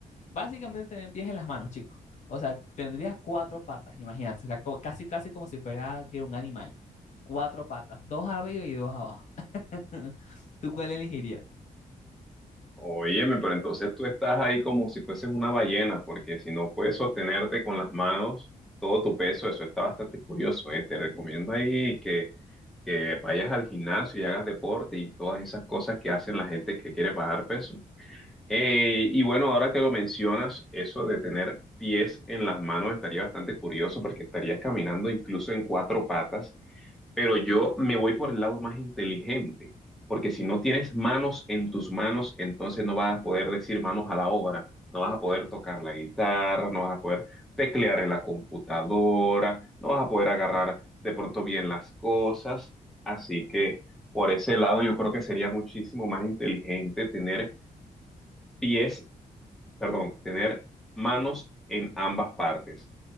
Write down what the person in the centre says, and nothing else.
Óyeme, pero entonces tú estás ahí como si fueses una ballena, porque si no puedes sostenerte con las manos todo tu peso, eso está bastante curioso, ¿eh? Te recomiendo ahí que, que vayas al gimnasio y hagas deporte y todas esas cosas que hacen la gente que quiere bajar peso. Eh, y bueno, ahora que lo mencionas, eso de tener pies en las manos estaría bastante curioso porque estarías caminando incluso en cuatro patas, pero yo me voy por el lado más inteligente, porque si no tienes manos en tus manos, entonces no vas a poder decir manos a la obra, no vas a poder tocar la guitarra, no vas a poder teclear en la computadora, no vas a poder agarrar de pronto bien las cosas, así que por ese lado yo creo que sería muchísimo más inteligente tener pies perdón, tener manos en ambas partes.